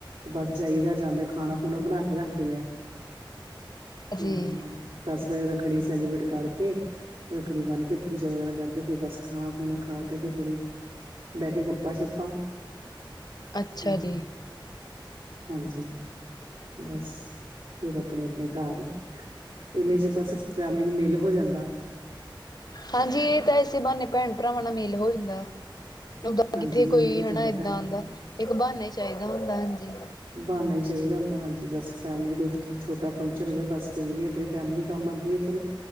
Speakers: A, on the right (about 80°); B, on the left (about 50°).
A: ਬਸ ਜਾਈਦਾ ਜਾਂਦੇ ਖਾਣਾ ਖੁਣਾ ਬਣਾ ਕੇ। ਰੱਖਦੀ ਆ
B: ਜੀ,
A: ਹਮ ਬਸ ਵਜ ਤ। ਰੱਖੜੀ ਸੈਲੀਬ੍ਰੇਟ ਕਰਕੇ ਰੱਖੜੀ ਬੰਨ ਕੇ। ਪੂਜਾ ਵਗੈਰਾ ਕਰਕੇ ਫਿਰ ਬਸ ਖਾਣਾ ਖੁਣਾ ਖਾ ਕੇ ਤੇ ਥੋੜ੍ਹੀ ਬਹਿ ਕੇ ਗੱਪਾਂ ਸ਼ੱਪਾਂ।
B: ਅੱਛਾ
A: ਹੂੰ,
B: ਜੀ।
A: ਹਾਂਜੀ। ਬਸ ਫੇਰ ਆਪਣੇ ਆਪਣੇ ਘਰ ਇਨੇ ਚ ਬਸ ਫੈਮਲੀ। ਮੇਲ ਹੋ ਜਾਂਦਾ।
B: ਹਾਂਜੀ ਇਹ ਤਾਂ ਇਸੇ ਬਹਾਨੇ ਭੈਣ ਭਰਾਵਾਂ ਨਾਲ ਮੇਲ ਹੋ ਜਾਂਦਾ। ਓਦਾਂ
A: ਹਾਂਜੀ
B: ਕਿੱਥੇ
A: ਮੇਲ
B: ਕੋਈ
A: ਹੋ
B: ਹਨਾ
A: ਜਾਂਦਾ
B: ਏਦਾਂ
A: ਭੈਣ ਭਰਾ
B: ਆਉਂਦਾ
A: ਨੂੰ
B: ਇੱਕ ਬਹਾਨਾ ਹੀ ਚਾਹੀਦਾ ਹੁੰਦਾ ਹਾਂਜੀ।
A: ਬਨਾ ਹੀ ਚਾਹੀਦਾ ਹੁੰਦਾ ਹਾਂਜੀ ਬਸ ਫੈਮਿਲੀ ਚ ਕੋਈ ਛੋਟਾ ਫੰਕਸ਼ਨ ਹੋਵੇ ਬਸ ਕੋਈ ਨੀ ਆਪਣੀ ਫੈਮਿਲੀ ਕੰਮ ਆਉਂਦੀ। ਚਲੋ